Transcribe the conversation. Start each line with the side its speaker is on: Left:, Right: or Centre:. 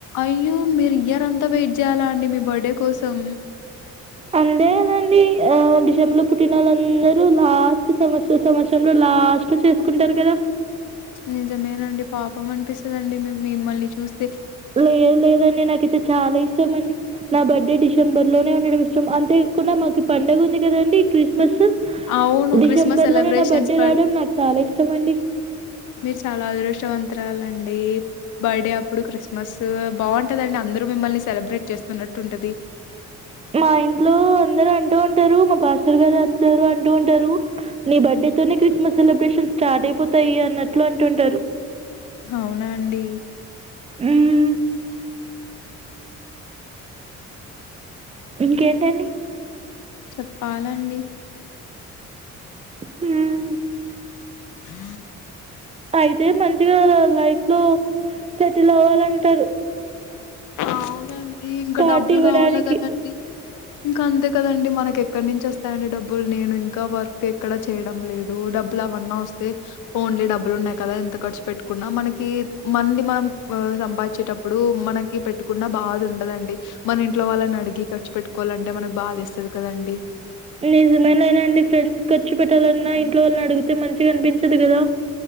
Left: అయ్యో మీరు ఇయర్ అంతా వెయిట్ చేయాలా అండి మీ బర్డే కోసం
Right: అ అంతే కదండి డిసెంబర్ లో పుట్టిన వాళ్ళందరూ లాస్ట్ సంవత్స సంవత్సరంలో లాస్ట్ లాస్ట్ లో చేసుకుంటారు కదా
Left: నిజమేనండి పాపం అనిపిస్తుందండి మే మిమ్మల్ని చూస్త
Right: లేదు లేదండి నాకైయితే చాలా ఇష్టమ అండి నా బర్త్డే డిసెంబర్ లోనే ఉండడం అంతే కాకుండా మాకు పండగ ఉంది కదండి క్రిస్మస్
Left: అవును.
Right: డిసెంబర్
Left: క్రిస్మస్ సెలబ్రేషన్స్
Right: లోనే నా బర్త్డే
Left: బట్
Right: రావడం నాకు చాలా ఇష్టం అండి
Left: మీరు చాలా అదృష్టవంతు చిత్రాలండి బర్డె అప్పుడు క్రిస్మస్ బావుంటదండి అందరు మిమ్మల్ని సెలబ్రేట్ చేస్తున్నట్టు టు ఉంటది
Right: మా ఇంట్లో అందరు అంటూ ఉంటారు మా ఫస్టర్ గారు అంతరు అంటూ ఉంటారు నీ బర్డె తునే క్రిస్మస్ సెలబ్రేషన్ స్టార్ట్ అయిపోతాయి అన్నట్లు అంటు ఉంటారు
Left: అవునా అండి
Right: హ్మ్. ఇంకేంటండి
Left: చెప్పాలండి
Right: హ్మ్
Left: హ
Right: అయితే మంచిగా లైఫ్ లో సెటిల్ అవ్వాలంటారు
Left: అవునండి ఇంకా
Right: పార్టీ
Left: డబ్బులు
Right: ఇవ్వడానికి.
Left: కావాలా కదండీ ఇంకా అంతే కదండి మనకి ఎక్కడి నించి వస్తాయండి డబ్బులు నేను ఇంకా వర్క్ ఎక్కడా చేయడం లేదు డబ్బులు అవన్నా వస్తే ఓన్లీ డబ్బులు ఉన్నాయి కదా ఎంత ఖర్చు పెట్టుకున్నా మనకి మంది మనం సంపాదించేటప్పుడు మనక్ పెట్టుకున్న బాధ ఉండదండి మన ఇంట్లో వాళ్ళని అడిగి ఖర్చు పెట్టుకోవాలంటే మనకు బాధ ఎస్తది కదండి
Right: నిజమే అయిన అండి ఫ్రెండ్స్ ఖర్చు పెట్టాలన్నా ఇంట్లో వాళ్ళని అడిగితే మంచిగా అనిపించదు కదా